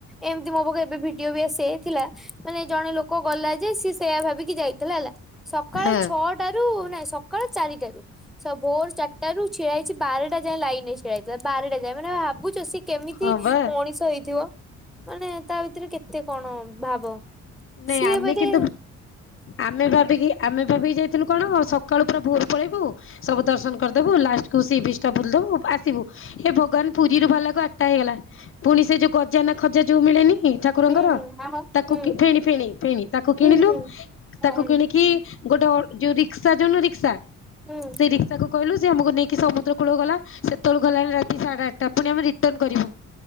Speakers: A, in the centre; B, on the left.
A: ଏମିତି ମୋ ପାଖ ଏବେ ଭିଡିଓ ବି ଆସିଯଇଥିଲା ମାନେ ଜଣେ ଲୋକ ଗଲା ଯେ ସିଏ ସେୟା ଭାବି ଯାଇଥିଲା ହେଲା ସକାଳ
B: ହଁ।
A: ଛଅ ଟାରୁ ନାଇଁ ସକାଳ ଚାରିଟାରୁ ଭୋର ଚାରିଟା ରୁ ଛିଡା ହେଇଛି ବାରଟା ଯାଏ ଲାଇନ <unintelligible> ଭାବୁଛ ସେ କେମିତି
B: ହଁ ବା
A: ମଣିଷ ହେଇଥିବ। ମାନେ ତା ଭିତରେ କେତେ କଣ ଭାବ
B: ନାଇଁ
A: ସିଏ
B: ଆମେ
A: ମାନେ।
B: କିନ୍ତୁ ଆମେ ଭାବିକି ଆମେ ଭାବି ଯାଇଥିଲୁ କଣ ସକାଳୁ ପୁରା ଭୋର ପଳେଇବୁ ସବୁ ଦର୍ଶନ କରିଦେବୁ ଲାଷ୍ଟ ତୁ ସି ବିଷ୍ ଟା ବୁଲି ଦବୁ ଆସିବୁ ଏ ଭଗବାନ ପୁରୀରୁ ଭଲା ଗଲାକୁ ଆ ଟା ହେଇଗଲା ପୁଣି ସେ ଯୋଉ ଗଜା ନା ଖଜା ଯୋଉ ମିଳେନି। ନି ଠାକୁରଙ୍କର
A: ହୁଁ ହୁଁ ହୁଁ
B: ତାକୁ
A: ହୁଁ
B: କି ଫେଣି ଫେଣି ଫେଣି ତାକୁ
A: ହୁଁ
B: କିଣିଲୁ
A: ହୁଁ
B: ତାକୁ କିଣିକି ଗୋଟେ ଅର ଯୋଉ ରିକ୍ସା ଯୋଉନ ରିକ୍ସା ନ
A: ହୁଁ
B: ସେ ରିକ୍ ତାକୁ କହିଲୁ ଯେ ଆମକୁ ନେଇକି ସମୁଦ୍ର କୂଳ ଗଲା ସେତେବେକୁ ଗଲାଣି ରାତି ସାଢେ ଆଠଟା ପୁଣି ଆମେ ରିଟର୍ନ କରିବୁ।